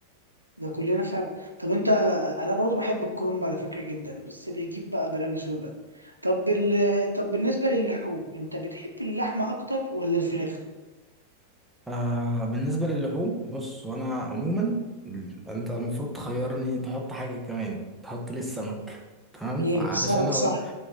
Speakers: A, on the right; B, in the centre.
A: ده كلنا فعلا طب أنت أنا برضو بحب الكرنب على فكرة جدا بس بيجيب بقى بلاوي سودا طب ال... طب بالنسبة للحوم أنت بتحب اللحمة أكتر ولا الفراخ؟
B: آه بالنسبة للحوم بص وأنا عموما ال- أنت المفروض تخيرني تحط حاجة كمان تحط لي السمك تمام
A: ايه
B: فعلشان
A: سمك
B: أقول
A: صح